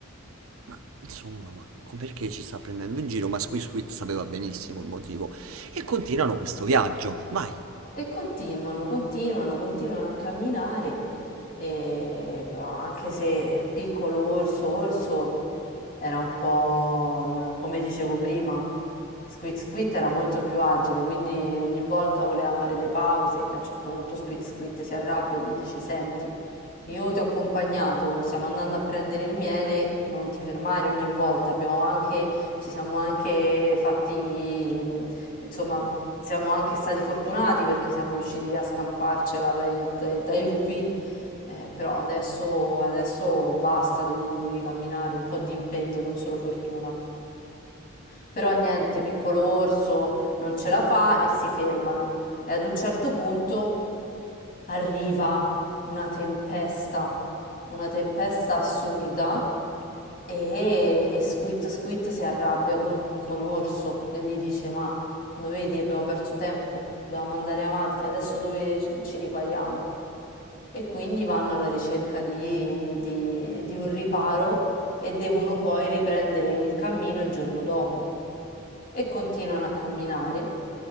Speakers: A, on the right; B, on the left.
A: ma insomma, ma co- perché ci sta prendendo in giro? Ma Squid Squid sapeva benissimo il motivo. E continuano questo viaggio. Vai.
B: E continuano, continuano, continuano a camminare, e però anche se piccolo orso, orso era un po', n- come dicevo prima, Squid Squid era molto più agile, quindi ogni volta voleva fare le pause e a un certo punto Squid Squid si arrabbia e gli dice, senti, io ti ho accompagnato, stiamo andando a prendere il miele, non ti fermare ogni volta, abbiamo anche, ci siamo anche fatti, mh, insomma, siamo anche stati fortunati perché siamo riusciti a scamparcela dai, dai- dai lupi, eh, però adesso, adesso basta, devi, devi camminare, un po' di impegno, non solo fortuna. Però niente, piccolo orso non ce la fa e si fermano. E ad un certo punto arriva una tempesta, una tempesta assurda e, e Squid Squid si arrabbia con, con Orso e gli dice: Ma lo vedi, abbiamo perso tempo, dovevamo andare avanti, adesso dove ci ci ripariamo? E quindi vanno alla ricerca di, di- di un riparo e devono poi riprendere il cammino il giorno dopo e continuano a camminare